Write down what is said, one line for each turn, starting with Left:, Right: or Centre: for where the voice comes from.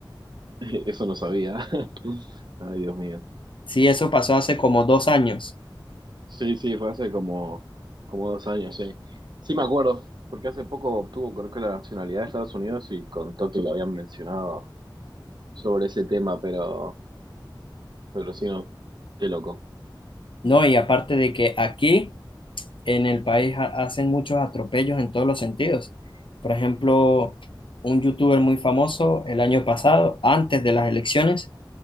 Right: <laughs> eso no sabía. <laughs> Ay, Dios mío.
Left: Sí, eso pasó hace como dos años,
Right: Sí, sí, fue hace como, como dos años, sí. Sí me acuerdo, porque hace poco obtuvo, creo que la nacionalidad de Estados Unidos y contó que lo habían mencionado sobre ese tema, pero, pero sí, no, qué loco.
Left: ¿no? Y aparte de que aquí en el país ha- hacen muchos atropellos en todos los sentidos. Por ejemplo, un youtuber muy famoso el año pasado, antes de las elecciones,